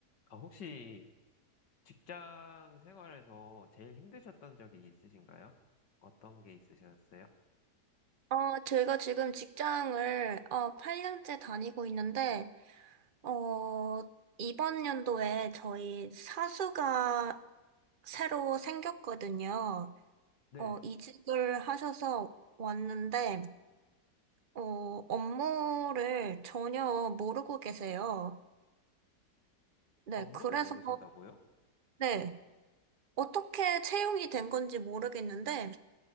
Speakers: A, on the left; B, on the right.
A: 아, 혹시 직장 생활에서 제일 힘드셨던 적이 있으신가요? 어떤 게 있으셨어요?
B: 어, 제가 지금 직장을, 어, 8년째 다니고 있는데, 어, 이번 연도에 저희 사수가 새로 생겼거든요.
A: 네,
B: 어, 이직을 하셔서 왔는데, 어, 업무를 전혀 모르고 계세요. 네,
A: 업무를
B: 그래서,
A: 모르신다고요?
B: 네, 어떻게 채용이 된 건지 모르겠는데,